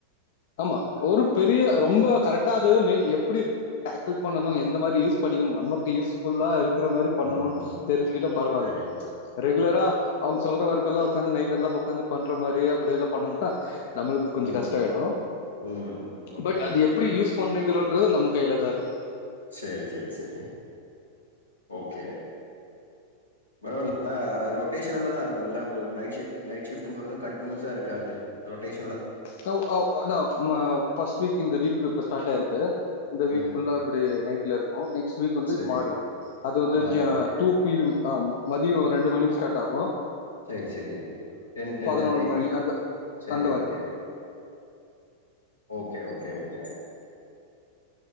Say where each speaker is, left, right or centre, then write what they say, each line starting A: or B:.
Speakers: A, on the left; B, on the left.
A: ஆமா ஒரு பெரிய
B: ம்
A: ரொம்ப கரெக்ட் டா அது வந்து மெ எப்டி டாக்கிள் பண்ணணு எந்த மாரி யூஸ் பண்ணிக்கனு நமக்கு யூஸ் ஃபுல்லாரு க்குற மாரி பண்ணணு
B: ம் ம்
A: தெரிஞ்சுக்கிட்டா பரவால்ல
B: சரி
A: ரெகு ரெகுலரா அவுங்க சொல்ற ஒர்க்கெல்லா ஒக்காந்து நைட்டெல்லா ஒக்காந்து பண்ற மாரி அப்டியெல்லா பண்ணோ னா நம்மளுக்கு கொஞ்சோ
B: ம்
A: கஷ்டோ ஆயிடூ
B: ம் ம் ஓகே
A: பட் அத
B: ஓகே
A: எப்டி யூஸ் பண் ணிக்கிறோன்றது நம்ம கைல தா இருக்கு
B: செரி செரி செரி ஓகே பரவால்ல அது ரொட்டேஷன்ல தா இருக்குல்ல உங்களுக்கு நைட் ஷிஃப்ட் நைட் ஷிஃப்ட்டுங்கிறதூ கன்டினியூஸ்ஸா இருக்காது ரொட்டேஷ்
A: கோ கா ஆ அதா ம ஃ பர்ஸ்ட் வீக் இந்த வீக் இப்ப ஸ்டார்ட் ஆயிருக்கு இந்த வீக்
B: ம்
A: ஃபுல்லா இப்டி நைட்ல இருக்கு நைட் நெக்ஸ்ட் வீக் வந்து
B: செரி
A: மாறூ அது வந்து
B: மாறும்
A: ஆ
B: ஓகே
A: டூ பீ எம் மதியோ ஒரு ரெண்டு மணிக்கு ஸ்டார்ட் ஆகு
B: செரி செரி டென் டென்
A: பதினொன்று
B: தேர்ட்டி
A: மணி அந்த
B: செரி
A: அந்த மாதிரி
B: ஓகே ஓகே ஓகே ஓகே